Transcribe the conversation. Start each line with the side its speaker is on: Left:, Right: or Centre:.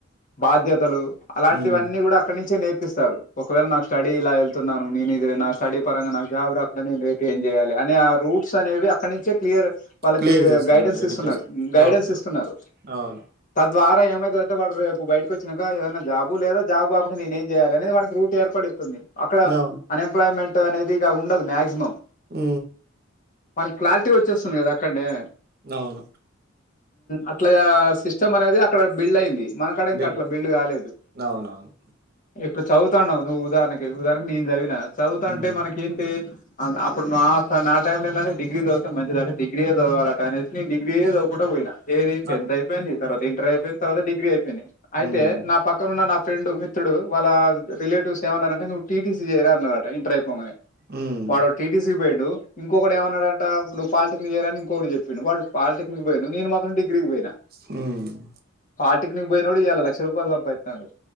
Left: బాధ్యతలు అలాంటివన్నీ
Right: హ్మ్.
Left: కూడా అక్కడి నుంచే నేర్పిస్తారు ఒకవేళ నాకు స్టడీ ఇలా వెళ్తు న్నాను నేను ఇది నా స్టడీ పరంగా నాకు జాబ్ రాకుండా నేను రేపు ఏం చేయాలి అని ఆ రూట్స్ అనేవి అక్కడ నుంచే క్లియర్ వాళ్ళకి
Right: క్లియర్ చేస్తున్నాడు
Left: గైడ్
Right: ఎడ్యుకేషన్.
Left: ఇస్తు Guidance
Right: okay.
Left: ఇస్తున్నారు
Right: అవును.
Left: ద్వారా ఏమైతుందంటే వాడు రేపు బయటకిచ్చ చినక ఏదైనా జాబు లేదా జాబ్ కాకుంనేం చేయాలనేది వానకి రూట్ ఏర్పడిస్తుంది అక్కడ
Right: అవును.
Left: అన్ఎంప్లాయ్మెంట్ అనేది ఇ ఉండదు మాయాక్సిమం
Right: అ
Left: మనకి క్లారిటీ వచ్చేస్తుంది కదా అక్కడే
Right: అవును
Left: అట్లా సిస్టమ్ అనేది అక్కడ బిల్డ్ అయింది మనకడ ఇంక
Right: వీళ్ళు.
Left: అట్లా బిల్లు కాలేదు
Right: అవునవును.
Left: ఇప్పుడు చదువుతున్నావు నువ్వు ఉదాహరణ ఉదారణ నీందదావి నా చదువుతా
Right: హ్మ్.
Left: అంటే మనక ఏంటి అడు నా నా టైంలో లో ఏంటడి డిగ్రీ చదివితే మంచిద అంటడిగ్రీ చదవాల అ అనేది నేను డిగ్రీ అవకుడా పోయినా ఏ రీ
Right: ఆ!
Left: ఎంతయిపోయింది తర్వా ఇంటర్యి తర్వా డిగీయి అయితే
Right: హ్మ్.
Left: నా పక్కనన్న నా ఫ్రెండ్ మిత్రుడు వాళ్ళ రిలేటివ్స్ ఏమన్నారంటేవ్ టీసీ చేయరా అన్నారట ఇంటర్ పోనే
Right: హ్మ్.
Left: వాడ టిటిస బైడు ఇంకటి ఏమన్నడంట నువ్వు పిటిక్ చేయాలని ఇంకటి చెప్పా వాడుు పాలిక్ బయి ను నను మాత్రం డిగ్రి పోయినా
Right: ఆ
Left: పాటిక్ని బ పోయి నోడు ఎలాలక్ష రూపాయలు్బ్బయితు అండు